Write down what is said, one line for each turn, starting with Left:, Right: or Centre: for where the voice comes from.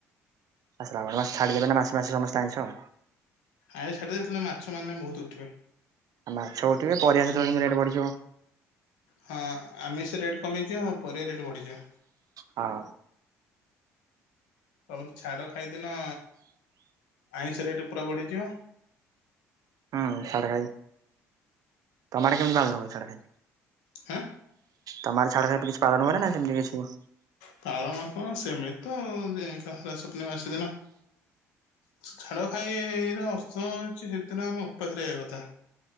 Right: ଆ ଶ୍ରାବଣ ମାସ ଛଡ଼ିବେନା ମାସେ ମାସେ ସମସ୍ତେ ଆଇଁଷ
Left: ଆଇଁସ ଛାଡ଼ିବେ ଯେତେବେଳେ ମାଛ ମାନେ ବହୁତ ଉଠିବେ।
Right: ଆଉ ମାଛ ଉଠିବେ ପରିବା ସେତେବେଳେ କିନ୍ତୁ ରେଟ୍ ବଢିଯିବ।
Left: ହଁ ଆମିଷ ରେଟ୍ କମିଯିବ ହଁ ପରିବା ରେଟ୍ ବଢ଼ିଯିବ।
Right: ହଁ।
Left: ତମେ ତ ଝାଡ଼ ଖାଇଦିନ ଆଇଁଷ ରେଟ୍ ପୁରା ବଢ଼ିଯିବ।
Right: ହୁଁ ଛାଡଖାଇ ତମ ହାଡ଼େ କେମିତି ପାଳନ ହୁଏ ଛାଡ
Left: ହାଁ।
Right: ତମ ହଡ଼େ ଛାଡଖାଇ କିଛି ପାଳନ ହୁଏନା ସେମତି କିଛି?
Left: ପାଳନ କଣ ସେମିତି ତ ଆଉ ସ୍ୱପ୍ନ ମାସ ଦିନ। ଝାଡ ଖାଇର ଅର୍ଥ ହଉଛି ସେଦିନ ଆମେ ଓପାସ୍ ରହିବା କଥା।